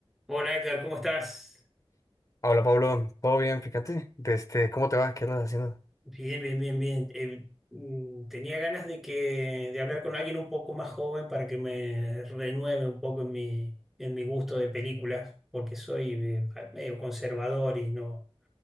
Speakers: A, in the centre; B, on the left.
A: Hola Edgar, ¿cómo estás?
B: Hola Pablo, todo bien, fíjate, desde cómo te va, qué andas haciendo.
A: Bien, bien, bien, bien. Eh, mm, tenía ganas de que de hablar con alguien un poco más joven para que me renueve un poco en mi en mi gusto de películas, porque soy eh, medio conservador y no